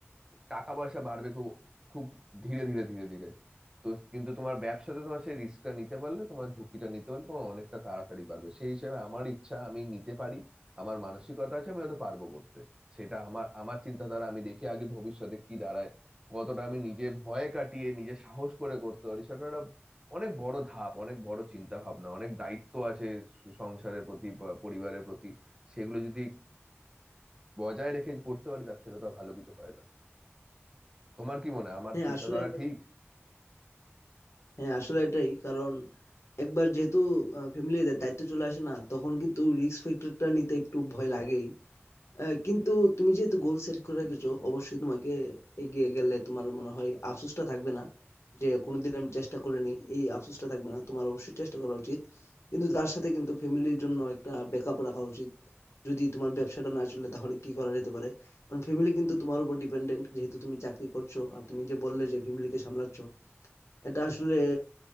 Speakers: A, on the right; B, on the left.
A: টাকা পয়সা বাড়বে খুব খুব ধীরে ধীরে ধীরে ধীরে তো কিন্তু তোমার ব্যবসাতে তোমার সেই রিস্কটা নিতে পারলে তোমার ঝুঁকিটা নিতে পারলে তোমার অনেকটা তাড়াতাড়ি বাড়বে সেই হিসেবে আমার ইচ্ছা আমি নিতে পারি আমার মানসিকতা আছে আমি হয়তো পারবো করতে সেটা আমার আমার চিন্তাধারা আমি দেখি আগে ভবিষ্যতে কি দাঁড়ায় কতটা আমি নিজে ভয় কাটিয়ে নিজে সাহস করে করতে পারি সেটা একটা অনেক বড় ধাপ অনেক বড় চিন্তা ভাবনা অনেক দায়িত্ব আছে সংসারের প্রতি বা পরিবারের প্রতি সেগুলো যদি বজায় রেখে করতে পারি তার থেকে তো আর ভালো কিছু হয় না তোমার কি মনে হয় আমার
B: হ্যাঁ
A: চিন্তাধারা
B: আসলে এটা-
A: ঠিক
B: হ্যাঁ আসলে এটাই কারণ একবার যেহেতু ফ্যামিলির দায়িত্ব চলে আসে না তখন কিন্তু রিস্ক ফ্যাক্টরটা নিতে একটু ভয় লাগেই আহ, কিন্তু তুমি যেহেতু গোল সেট করে রেখেছো অবশ্যই তোমাকে এগিয়ে গেলে তোমার মনে হয় আফসোসটা থাকবে না যে কোনোদিন আমি চেষ্টা করিনি এই আফসোসটা থাকবে না তোমার অবশ্যই চেষ্টা করা উচিত কিন্তু তার সাথে কিন্তু ফ্যামিলির জন্য একটা ব্যাকআপ রাখা উচিত যদি তোমার ব্যবসাটা না চলে তাহলে কি করা যেতে পারে কারণ ফ্যামিলি কিন্তু তোমার উপর ডিপেন্ডেন্ট যেহেতু তুমি চাকরি করছো আর তুমি যে বললে যে ফ্যামিলিকে সামলাচ্ছ এটা আসলে